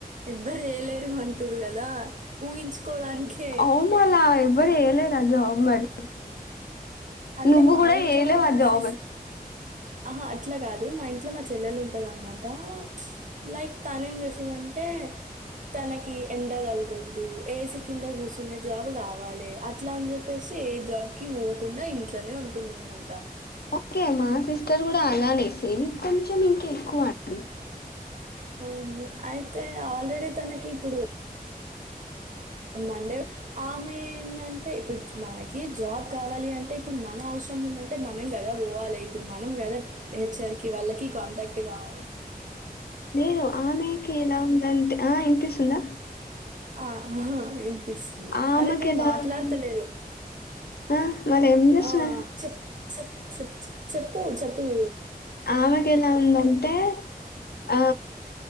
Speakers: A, on the right (about 55°); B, on the left (about 85°).
A: ఎవ్వరు వేయలేరు అంటూరు కదా ఊహించుకోవడానికే
B: అవుమాలా ఎబ్్వరు ఏళ జవాబ మరి
A: అంటే
B: నువ్వు
A: మా
B: కూడా
A: ఇంట్లో
B: ఏయలే
A: కూడా
B: మా జాబ్స్
A: సిస్ ఆహా అట్లా కాదు మా ఇంట్లో మా చెల్లెలు ఉంటద అనమాట లైక్ తను ఏం చేసందంటే తనకి ఎండ కలగొద్దు ఏసీ కింద కూర్చునే జాబ్ కావాలి అట్లా అని చెప్పేసి ఏ జాబ్కి పోకుండా ఇంట్లోనే ఉంటుంద అనమాట
B: ఓకే మా సెస్ట్ ఇక్కడ కూడా అలానే సేమ్ కొంచెం ఇంక ఎక్కువ అడి
A: అ అయితే ఆల్రెడీ తనకి ఇప్పుడు మండే ఆమె ఏందంటే ఇప్పుడు మనకి జాబ్ కావాలి అంటే ఇప్పుడు మన అవసరం ఉందంటే మనం కదా పోవాలి ఇప్పుడు మనం కదా హెచ్ఆర్కి వాళ్ళకి కాంటాక్ట్ కావాలి
B: నేరు ఆమెకి ఇలా ఉందంటే ఆ ఇంటింటిస్తుందా
A: ఆ హ పిస్తుంది
B: ఆమెకి
A: అరే మీరు
B: ఎలా
A: మాట్లాడతలేరు
B: ఉం ఆ మరి ఏం చేస్తున్నారు
A: ఆ చెప్ చెప్పు చెప్పు చె చెప్పు చెప్పులు
B: ఆమెకెల ఉందంటే ఆ